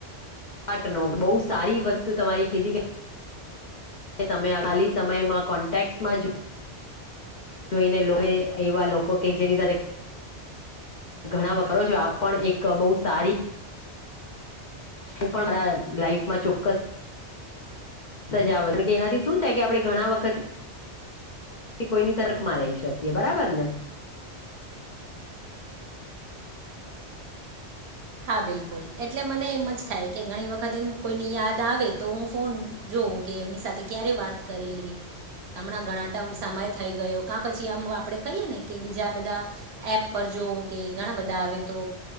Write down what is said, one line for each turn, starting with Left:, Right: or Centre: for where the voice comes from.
Left: પાટ ન બહુ સારી વસ્તુ તમારી કીધી કે. હ તમે ખાલી સમયમાં કોન્ટેક્ટ્સમાં જુઓ. જોઈને લોએ એવા લોકો કે જેની સાથે ઘણા વખરો છો આપ પણ એક બહુ સારી હું પણ મારા લાાઈફમાં ચોક્કસ સજાવટ કે એનાથી શું થાય કે આપણે ઘણા વખત કોઈની સરકમાં રહી શકીએ બરાબર ને?
Right: <inaudible> હા બિલકુલ એટલે મને એમ જ થાય કે ઘણી વખત એમ કોઈની યાદ આવે તો હું ફોન જો કે એમની સાથે ક્યારે વાત કરેલી. હમણાં ઘણા તામ સમય થઈ ગયો ક પછી આમ આપડે કહીએ ને કે બીજા બધા એપ પર જો કે ઘણા બધા આવે તો